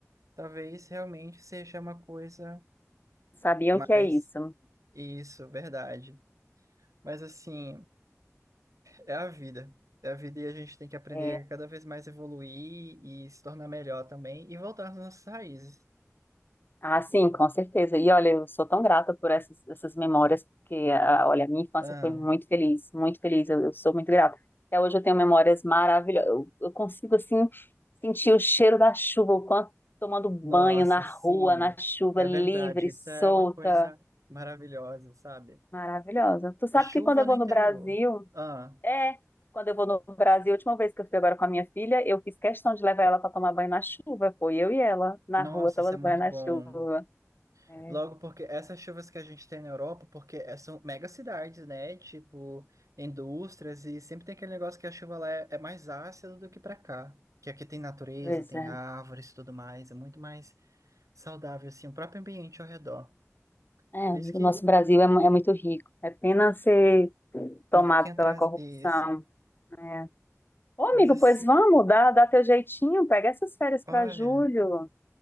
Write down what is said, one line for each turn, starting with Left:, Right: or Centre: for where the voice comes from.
Right: talvez realmente seja uma coisa
Left: sabiam
Right: mais.
Left: que é isso.
Right: Isso, verdade. Mas assim. É a vida. É a vida e a gente tem que aprender
Left: É,
Right: a cada vez mais evoluir e se tornar melhor também e voltar às nossas raízes.
Left: ah, sim, com certeza. E olha, eu sou tão grata por essas, essas memórias, porque, ah, olha, a minha infância
Right: Ah,
Left: foi muito feliz, muito feliz, eu, eu sou muito grata. Até hoje eu tenho memórias maravilhosas, eu, eu consigo, assim, sentir o cheiro da chuva, o quanto tomando banho
Right: nossa,
Left: na rua,
Right: sim,
Left: na chuva
Right: é
Left: livre,
Right: verdade. Isso
Left: solta,
Right: é uma coisa maravilhosa, sabe?
Left: maravilhosa.
Right: Co-
Left: Tu sabe
Right: Chuva
Left: que quando eu vou
Right: no interior.
Left: no Brasil,
Right: Ah,
Left: É, quando eu vou no Brasil, a última vez que eu fui agora com a minha filha, eu fiz questão de levar ela para tomar banho na chuva. Foi eu e ela na
Right: nossa,
Left: rua tomando
Right: isso é muito
Left: banho na
Right: bom.
Left: chuva. É,
Right: Logo porque essas chuvas que a gente tem na Europa, porque é- são mega cidades, né? Tipo, indústrias, e sempre tem aquele negócio que a chuva lá é, é mais ácida do que pra cá. Que aqui tem natureza,
Left: pois
Right: tem
Left: é.
Right: árvores e tudo mais, é muito mais saudável, assim, o próprio ambiente ao redor.
Left: É,
Right: Por
Left: amigo,
Right: isso que
Left: o nosso Brasil é, mu- é muito rico. É pena ser tomado
Right: um pouquinho
Left: pela
Right: atrás
Left: corrupção.
Right: disso.
Left: É. Ô, amigo,
Right: Mas assim,
Left: pois vamos, dá, dá teu jeitinho, pega essas férias
Right: olha.
Left: para julho.